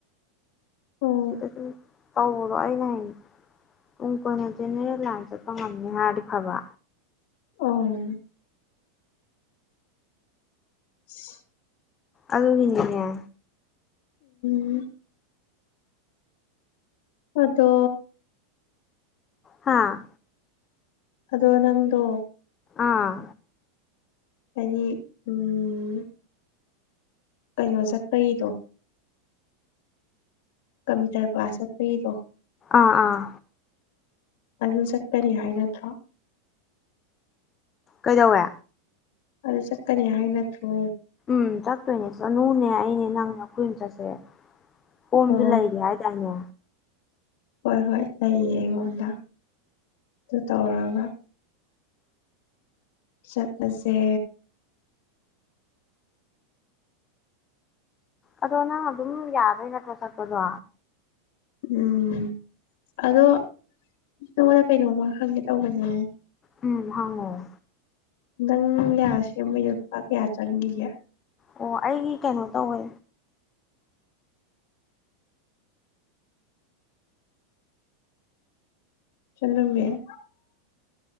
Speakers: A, on the left (about 65°); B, on the left (about 25°).
A: ꯑꯣ
B: ꯁꯤꯗꯁꯨ ꯇꯧꯕꯔꯣ ꯑꯩꯅ ꯍ ꯇꯨꯡ ꯀꯣꯏꯅ ꯖꯦꯅꯦꯔꯦꯜ ꯂꯥꯏꯟ ꯆꯠꯄ ꯉꯝꯅꯤ ꯍꯥꯏꯔꯗꯤ ꯐꯕ
A: ꯑꯣ <unintelligible>
B: ꯑꯗꯨꯗꯒꯤꯅꯤ ꯍꯥꯏ
A: ꯎꯝ ꯑꯗꯣ
B: ꯍꯥꯥ
A: ꯑꯗꯣ ꯅꯪꯗꯣ
B: ꯑꯥ
A: ꯑꯅꯤ ꯎꯝ ꯀꯩꯅꯣ ꯆꯠꯄꯒꯤꯗꯣ ꯀꯝꯄ꯭ꯌꯨꯇꯔ ꯀ꯭ꯂꯥꯁꯇꯩꯗꯣ
B: ꯑꯥ ꯑꯥ
A: ꯑꯗꯨ ꯆꯠꯀꯅꯤ ꯍꯥꯏ ꯅꯠꯇ꯭ꯔꯣ
B: ꯀꯩꯗꯧꯋꯦ
A: ꯑꯗꯨ ꯆꯠꯀꯔ ꯌꯥꯏ ꯅ ꯊ
B: ꯎꯝ ꯆꯠꯇꯣꯏꯅꯦ ꯆꯅꯨꯅꯦ ꯑꯩꯅꯦ ꯅꯪ ꯑꯩꯈꯨꯏ ꯑꯃ ꯆꯠꯁꯦ ꯀꯣꯝꯁꯨ
A: ꯑꯣ
B: ꯂꯩꯒꯦ ꯍꯥꯏꯇꯥꯏꯅꯦ
A: ꯍꯣꯏ ꯍꯣꯏ ꯂꯩꯌꯦ ꯑꯩꯉꯣꯟꯗ ꯑꯗꯨ ꯇꯧꯔꯒ ꯆꯠꯄꯁꯦ
B: ꯑꯗꯣ ꯅꯪ ꯑꯗꯨꯝ ꯌꯥꯗꯣꯏ ꯅꯠꯇ꯭ꯔꯣ ꯁꯛꯄꯗꯣ
A: ꯎꯝ ꯑꯗꯣ ꯅꯣꯡꯅ ꯀꯩꯅꯣꯃ ꯈꯪꯉꯦ ꯇꯧꯕꯅꯦꯅꯦ
B: ꯎꯝ ꯍꯉꯣ
A: ꯅꯪ ꯂꯁꯤ ꯑꯃ ꯌꯠꯄꯥ ꯀꯌꯥ ꯆꯪꯉꯒꯦ
B: ꯑꯣ ꯑꯩꯒꯤ ꯀꯩꯅꯣ ꯇꯧꯋꯦ
A: ꯆꯂ ꯃꯌꯥ